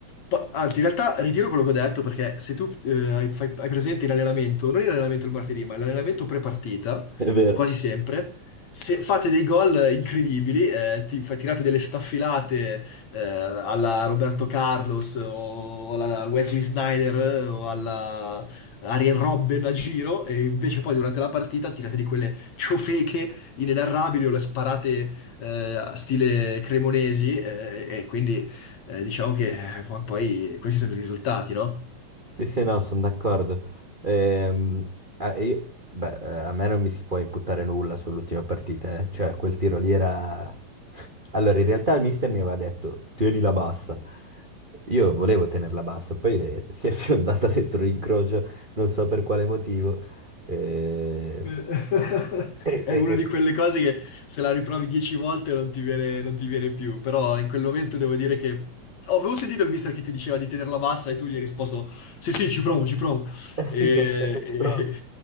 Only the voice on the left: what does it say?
Pa- Anzi, in realtà ritiro quello che ho detto perché se tu eh, hai, fai- hai presente in allenamento, non in allenamento il martedì, ma l'allenamento pre-partita,
quasi sempre, se fate dei gol eh, incredibili, eh, ti, fai- tirate delle staffilate eh, alla Roberto Carlos o alla Wesley Snyder eh, o alla Arjen Robben a giro e invece poi durante la partita tirate di quelle ciofeche inenarrabili o le sparate eh, a stile cremonesi eh, e quindi eh, diciamo che eh, poi questi sono i risultati, no?
Eh, <laughs>
È
una
di quelle cose che se la riprovi dieci volte non ti viene, non ti viene più, però in quel momento devo dire che... Oh, avevo sentito il mister che ti diceva di tenerla bassa e tu gli hai risposto sì sì ci provo, ci provo.
E,
e-